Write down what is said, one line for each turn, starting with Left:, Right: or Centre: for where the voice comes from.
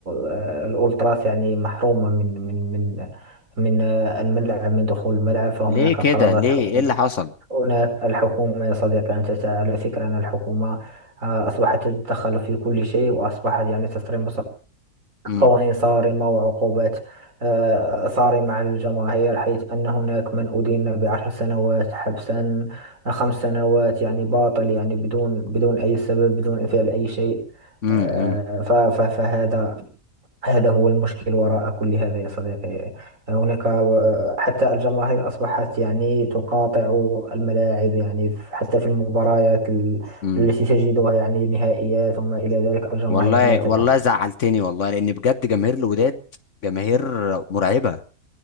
Right: آه الأولتراس يعني محرومة من من من من آه الملعب من دخول الملعب فهناك
Left: ليه كده
Right: قرارات
Left: ليه
Right: حكم
Left: ايه اللي حصل
Right: هناك الحكومة يا صديقي أنت تع- على فكرة أن الحكومة آه أصبحت تتدخل في كل شيء وأصبحت يعني تصرف
Left: امم
Right: قوانين صارمة وعقوبات آه، صارمة على الجماهير حيث أن هناك من أدين بعشر سنوات حبسا خمس سنوات يعني باطل يعني بدون بدون أي سبب بدون فعل أي شيء
Left: امم
Right: آه،
Left: امم
Right: ف- ف- فهذا هذا هو المشكل وراء كل هذا يا صديقي هناك آه، حتى الجماهير أصبحت يعني تقاطع الملاعب يعني ف- حتى في المباريات ال-
Left: امم.
Right: التي تجدها يعني نهائيات وما إلى ذلك الجماهير
Left: والله
Right: لا تذهب
Left: والله زعلتني والله لان بجد جماهير الوداد جماهير مرعبه